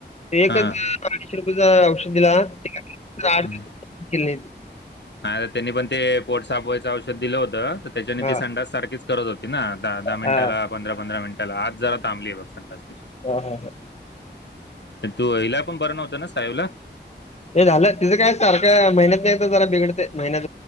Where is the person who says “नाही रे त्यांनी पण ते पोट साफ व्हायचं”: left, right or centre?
Left